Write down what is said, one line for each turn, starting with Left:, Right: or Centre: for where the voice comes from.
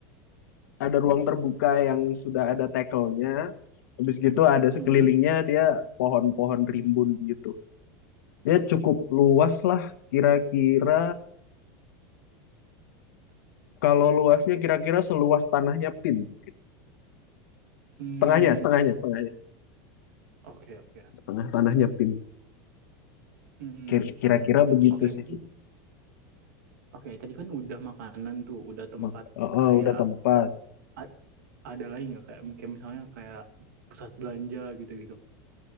Left: Ada ruang terbuka yang sudah ada tackle-nya. Habis gitu ada sekelilingnya
Right: Mm-mm.
Left: dia pohon-pohon rimbun gitu. Dia cukup
Right: Oh.
Left: luas lah, kira-kira Kalau luasnya kira-kira seluas tanahnya PIN mungkin.
Right: Hmm,
Left: Setengahnya, setengahnya, setengahnya.
Right: oke oke.
Left: Setengah tanahnya PIN.
Right: Mmm,
Left: Kir- Kira-kira begitu
Right: oke
Left: sih.
Right: mungkin oke tadi kan udah makanan tuh, udah tempat
Left: Mak- eh,
Right: kayak
Left: eh, udah tempat.
Right: ad ada lagi nggak kayak kayak misalnya kayak pusat belanja gitu-gitu?